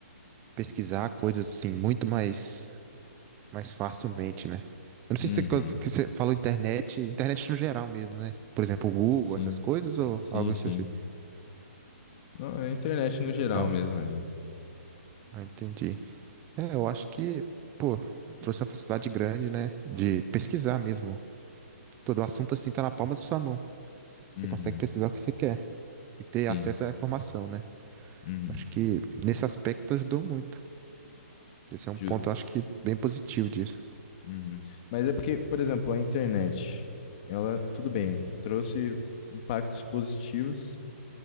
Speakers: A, on the right; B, on the left.
A: pesquisar coisas assim muito mais mais facilmente, né? Eu não sei
B: Uhum.
A: se quando que você falou internet, internet no geral mesmo, né? Por exemplo, o Google,
B: Sim,
A: essas coisas ou
B: sim,
A: algo específico.
B: sim. Não, é a internet no geral
A: Então,
B: mesmo ali.
A: ah, entendi. É, eu acho que, pô, trouxe uma facilidade grande, né? De pesquisar mesmo. Todo o assunto assim tá na palma da sua mão. Você
B: Uhum.
A: consegue pesquisar o que você quer e ter
B: Sim.
A: acesso à informação, né?
B: Uhum.
A: Acho que nesse aspecto ajudou muito. Esse é um
B: Justo.
A: ponto, acho que, bem positivo disso.
B: Uhum. Mas é porque, por exemplo, a internet, ela, tudo bem, trouxe impactos positivos,